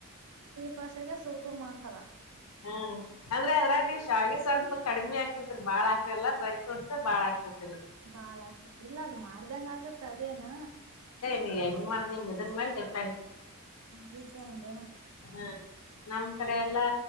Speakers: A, on the right (about 85°); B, on the left (about 80°).
A: ಫಸ್ಟ್ಗೆ ಸುೂು ಮಾತ <inaudible>
B: ಹ್ಮ್ ಆದ್ರೆ ಅದ್ರಗೆ ಶಾವ್ಗೆ ಸ್ವಲ್ಪ ಕಡಿಮೆ ಹಾಕಿರ್ತೀ ಬಾಳ ಡ್ರೈ ಫ್ರೂಟ್ಸ್ ಬಾಳ ಹಾಕಿರ್ತ್ರಿ
A: ಬಾಳ ಆಕೇತಿ ಇಲ್ಲ ಅದು ಮಾಡ್ದಂಗ ಆಗತ್ತ ಅದೇನ
B: ನೀ ಹೆಂಗ್ ಮಾಡ್ದೆ ಮಿಡನ್ ಮೇಲೆ <unintelligible>
A: ದೀಪ ಇಂದ
B: ಹ್ಮ್ ನಮ್ ಕಡೆ ಎಲ್ಲಾ